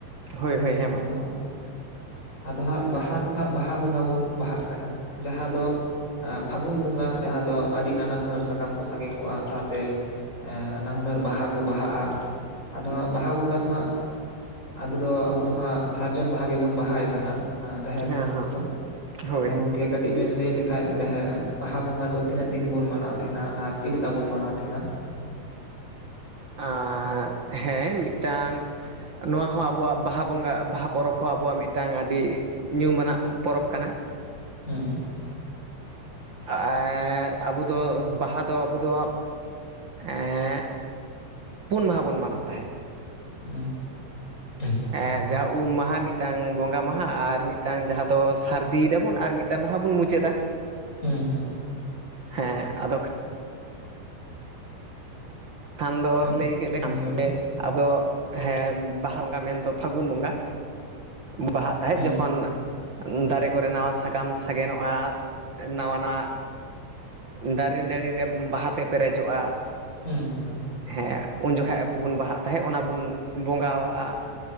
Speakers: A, on the right; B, on the left.
A: ᱦᱳᱭ
B: ᱦᱮᱸ
A: ᱦᱳᱭ
B: ᱟᱫᱚ
A: ᱢᱟ
B: ᱦᱟᱸᱜ ᱟᱫᱚ ᱦᱟᱸᱜ ᱵᱟᱦᱟ ᱫᱚ ᱦᱟᱸᱜ ᱵᱟᱦᱟ ᱵᱚᱸᱜᱟ ᱵᱚᱱ ᱵᱟᱦᱟᱜ ᱠᱟᱱᱟ ᱡᱟᱦᱟᱸ ᱫᱚ ᱟᱸ ᱯᱷᱟᱹᱜᱩᱱ ᱵᱚᱸᱜᱟ ᱡᱟᱦᱟᱸ ᱫᱚ ᱟᱹᱰᱤ ᱱᱟᱱᱟ ᱦᱩᱱᱟᱹᱨ ᱥᱟᱠᱟᱢ ᱠᱚ ᱥᱟᱜᱮᱱ ᱠᱚᱜᱼᱟ ᱥᱟᱶᱛᱮ᱾ ᱮᱸ ᱱᱟᱱᱟ ᱦᱩᱱᱟᱹᱨ ᱵᱟᱦᱟ ᱠᱚ ᱵᱟᱦᱟᱜᱼᱟ ᱟᱫᱚ ᱦᱟᱸᱜ ᱵᱟᱦᱟ ᱵᱚᱸᱜᱟ ᱫᱚ ᱦᱟᱸᱜ ᱟᱫᱚ ᱫᱚ ᱟᱵᱚ ᱫᱚ ᱦᱟᱸᱜ ᱥᱟᱨᱡᱚᱢ ᱵᱟᱦᱟ ᱜᱮᱵᱚᱱ ᱵᱟᱦᱟᱭᱮᱫᱟ ᱦᱟᱸᱜ ᱡᱟᱦᱮᱨ
A: ᱦᱮᱸ
B: ᱛᱷᱟᱱ
A: ᱦᱮᱸ
B: ᱨᱮᱫᱚ
A: ᱦᱳᱭ
B: ᱟᱫᱚ
A: ᱦᱳᱭ
B: ᱜᱚᱢᱠᱮ ᱠᱟᱹᱴᱤᱡ ᱵᱤᱱ ᱞᱟᱹᱭ ᱞᱮᱠᱷᱟᱱ ᱡᱟᱦᱮ ᱵᱟᱦᱟ ᱵᱚᱸᱜᱟ ᱫᱚ ᱛᱤᱱᱟᱹᱜ ᱫᱤᱱ ᱵᱚᱱ ᱢᱟᱱᱟᱣ ᱛᱟᱦᱮᱸᱱᱟ ᱟᱨ ᱪᱮᱫ ᱞᱮᱠᱟ ᱵᱚᱱ ᱢᱟᱱᱟᱣ ᱛᱟᱦᱮᱸᱱᱟ
A: ᱟᱨᱴᱸᱻ ᱦᱮᱸ ᱢᱤᱫᱴᱟᱝ ᱱᱚᱣᱟ ᱦᱚᱸ ᱟᱵᱚᱣᱟᱜ ᱵᱟᱦᱟ ᱵᱚᱸᱜᱟ ᱵᱟᱦᱟ ᱯᱚᱨᱚᱵᱽ ᱦᱚᱸ ᱟᱵᱚᱣᱟᱜ ᱢᱤᱫᱴᱟᱝ ᱟᱹᱰᱤ ᱧᱩᱢ ᱟᱱᱟᱜ ᱯᱚᱨᱚᱵᱽ ᱠᱟᱱᱟ
B: ᱦᱩᱸ
A: ᱟ ᱮ ᱟᱵᱚ ᱫᱚ ᱵᱟᱦᱟ ᱫᱚ ᱟᱵᱚ ᱫᱚ ᱮᱸ ᱯᱩᱱ ᱢᱟᱦᱟ ᱵᱚᱱ ᱢᱟᱱᱟᱣ ᱛᱟᱦᱮᱸᱫ᱾
B: ᱦᱮᱸ ᱴᱷᱚᱸ
A: ᱮ ᱡᱟᱦᱟᱸ ᱩᱢ ᱢᱟᱦᱟᱸ ᱢᱤᱫᱴᱟᱝ ᱵᱚᱸᱜᱟ ᱢᱟᱦᱟᱸ ᱟᱨ ᱢᱤᱫᱴᱟᱝ ᱡᱟᱦᱟᱸ ᱫᱚ ᱥᱟᱹᱨᱫᱤᱭ ᱫᱟᱵᱚᱱ ᱟᱨ ᱢᱤᱫᱴᱟᱝ <unintelligible> ᱫᱚᱦᱚᱸ ᱵᱚᱱ ᱢᱩᱪᱟᱹᱫᱟ᱾
B: ᱦᱮᱸ ᱦᱮᱸ
A: ᱦᱮᱸ ᱟᱫᱚᱠ ᱠᱷᱟᱱ ᱫᱚ
B: ᱦᱮᱸ
A: ᱞᱟᱹᱭ ᱠᱮᱫ
B: ᱦᱩᱸ
A: ᱞᱮᱠᱷᱟᱱ
B: ᱞᱟᱹᱭ ᱵᱮᱱ
A: ᱡᱮ ᱟᱵᱚ ᱦᱮᱸ ᱵᱟᱦᱟ ᱵᱚᱸᱜᱟ ᱢᱮᱱᱫᱚ ᱯᱷᱟᱹᱜᱩᱱ ᱵᱚᱸᱜᱟ᱾ ᱵᱟᱦᱟᱜ ᱛᱟᱦᱮᱸᱫ
B: ᱦᱩᱸ
A: ᱡᱚᱠᱷᱚᱱ ᱫᱟᱨᱮ ᱠᱚᱨᱮ ᱱᱟᱣᱟ ᱥᱟᱠᱟᱢ ᱥᱟᱜᱮᱱᱚᱜᱼᱟ ᱱᱟᱣᱟ ᱱᱟᱜ᱾ ᱫᱟᱨᱮ ᱱᱟᱹᱲᱤ ᱨᱮ ᱵᱟᱦᱟᱛᱮ ᱯᱮᱨᱮᱡᱚᱜᱼᱟ᱾
B: ᱦᱮᱸ ᱦᱮᱸ
A: ᱦᱮᱸ ᱩᱱ ᱡᱚᱠᱷᱟᱜ ᱟᱵᱚ ᱵᱚᱱ ᱵᱟᱦᱟᱜ ᱛᱟᱦᱮᱸᱫ ᱚᱱᱟ ᱵᱚᱱ ᱵᱚᱸᱜᱟᱣᱟᱜᱼᱟ᱾